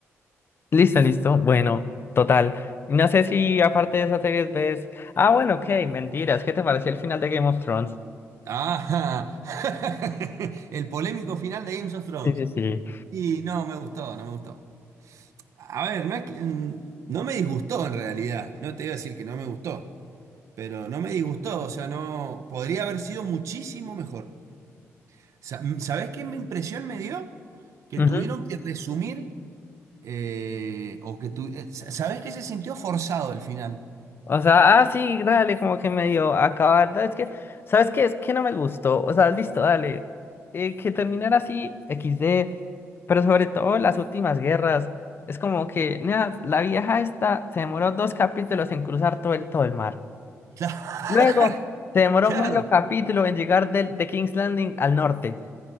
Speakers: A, on the left; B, on the right.
A: Listo, listo. Bueno, total. No sé si aparte de esas series ves. Ah, bueno, ok, mentiras. ¿Qué te pareció el final de Game of Thrones?
B: Ah, <laughs> el polémico final de Games of Thrones.
A: Sí, sí, sí.
B: Y no me gustó, no me gustó. A ver, no es que, mm, no me disgustó en realidad. No te iba a decir que no me gustó, pero no me disgustó, o sea, no, podría haber sido muchísimo mejor. Sa- ¿Sabés qué me- impresión me dio? Que
A: Ujú.
B: tuvieron que resumir, eh, o que tu- eh, sa- ¿sabés qué se sintió forzado al final?
A: O sea, ah, sí, dale, como que medio acabar. da, Es que, ¿sabes qué? Es que no me gustó. O sea, listo, dale. eh, que terminara así, XD. Pero sobre todo las últimas guerras. Es como que, nada, la vieja esta se demoró dos capítulos en cruzar todo el, todo el mar.
B: Cla-
A: Luego, se demoró
B: <laughs> Claro,
A: medio capítulo en llegar del, de King's Landing al norte.